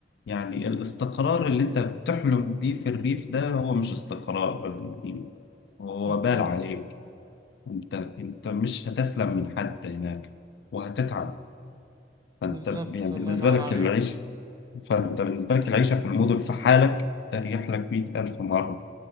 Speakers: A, on the left; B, on the right.
A: يعني الاستقرار اللي انت بتحلم بيه في الريف ده هو مش استقرار يعني هو
B: بالظبط
A: وبال عليك انت انت مش هتسلم من حد هناك وهتتعب فانت
B: بالظبط
A: يعني
B: الله
A: بالنسبة
B: ينور
A: لك
B: عليك
A: العيشة فانت بالنسبة لك العيشة في المدن في حالك اريح لك 100 ألف مرة